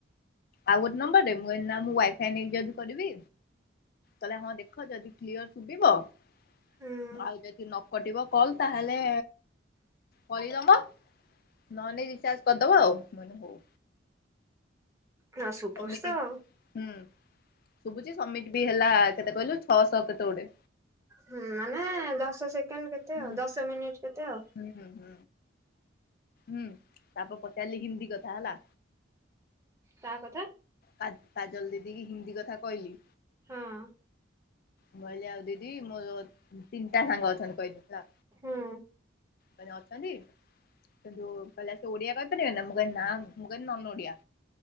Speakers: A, on the left (about 50°); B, on the right (about 15°).
A: ଆଉ ଗୋଟେ ନମ୍ବର ଦେ ମୁଁ କଇଲି ନା ମୁଁ ୱାଇଫାଇ ନେଇକି ଯଦି କରିବି କହିଲା ହଁ ଦେଖ ଯଦି କ୍ଲିଅର ଶୁଭିବ ଆଉ
B: ହୁଁ
A: ଯଦି ନ କଟିବ କଲ ତାହେଲେ କହିଦବ ନହଲେ ରିଚାର୍ଜ କରିଦବ ଆଉ ମାନେ ହଉ।
B: ହଁ ସୁଭୁଚି
A: ସମିତି
B: ତ ଆଉ।
A: ହୁଁ ଶୁଭୁଛି ସବମିଟ ବି ହେଲା କେତେ କହିଲୁ ଛଅଶହ କେତେ ଗୋଟେ।
B: ହୁଁ ମାନେ ଦଶ ସେକେଣ୍ଡ କେତେ
A: ହୁଁ
B: ଆଉ ଦଶ ମିନିଟ କେତେ ଆଉ।
A: ହୁଁ ହୁଁ ହୁଁ ହୁଁ ତାପରେ ପଚାରିଲି ହିନ୍ଦୀ କଥା ହେଲା।
B: ତା କଥା
A: କା କାଜଲ ଦିଦି କି ହିନ୍ଦୀ କଥା କହିଲି।
B: ହଁ।
A: ମୁଁ ଅଇଲି ଆଉ ଦିଦି ମୋର ତିନଟା ସାଙ୍ଗ ଅଛନ୍ତି କହିଲି ହେଲା।
B: ହଁ।
A: କହିଲି ଅଛନ୍ତି। ସେଟୁ କହିଲା ସେ ଓଡିଆ କହିପାରିବେ ନା ମୁ କହିଲି ନା ମୁ କହିଲି ନନ ଓଡ଼ିଆ।